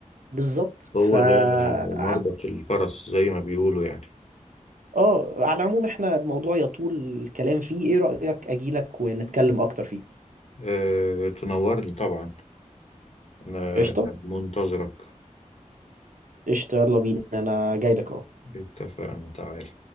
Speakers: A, on the right; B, on the left.
A: بالظبط
B: هو
A: ف ع-
B: ده مربط الفرس زي ما بيقولوا يعني
A: اه على العموم احنا الموضوع يطول الكلام فيه ايه رأيك اجيلك ونتكلم اكتر فيه
B: أه تنورني طبعا أنا
A: قشطة
B: منتظرك
A: قشطة يلا بينا انا جاي لك اهو
B: اتفقنا تعال